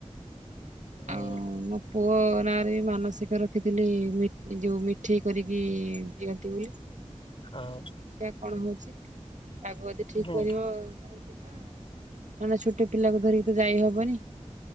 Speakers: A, on the left (about 50°); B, on the right (about 90°).
A: ହୁଁ
B: ଆଉ ମୋ ପୁଅ ନାଁରେ ବି ମାନସିକ ରଖି ଥିଲି ମି ଯୋଉ ମିଠେଇ କରିକି ଦିଅନ୍ତି ବୋଲି।
A: ହଁ
B: ଦେଖିବା କଣ ହଉଛି, ପାଗ ଯଦି ଠିକ
A: ହୁଁ
B: କରିବ ତାହେଲେ ଯିବା ଆଉ। ମାନେ ଛୋଟପିଲାକୁ ଧରିକି ତ ଯାଇ ହବନି